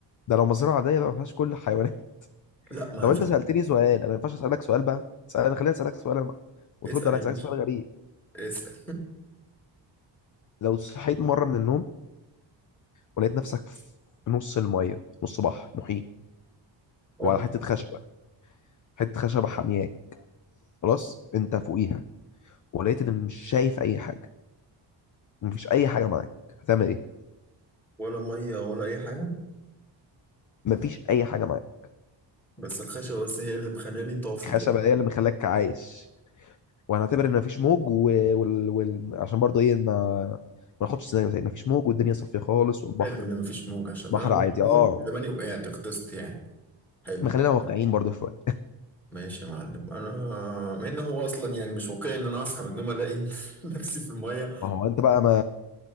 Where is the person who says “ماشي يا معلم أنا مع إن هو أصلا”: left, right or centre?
Centre